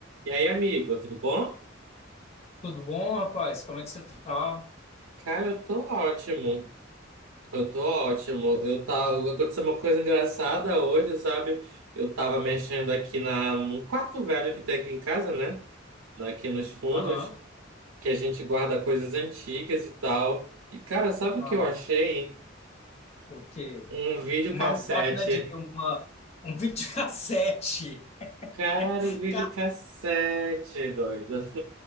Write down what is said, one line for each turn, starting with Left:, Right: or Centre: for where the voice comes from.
Right: E aí, amigo, tudo bom?
Left: Tudo bom, rapaz? Como é que você tá?
Right: Cara, eu tô ótimo. Eu tô ótimo. Eu tava... Aconteceu uma coisa engraçada hoje, sabe? Eu tava mexendo aqui na... num quarto velho que tem aqui em casa, né? Aqui nos fundos,
Left: Aham.
Right: que a gente guarda coisas antigas e tal. E, cara, sabe
Left: Ah,
Right: o que eu achei?
Left: o quê?
Right: Um videocassete.
Left: Uma máquina de uma um videocassete.
Right: Cara,
Left: <laughs>
Right: o videocassete,
Left: Cara,
Right: doido.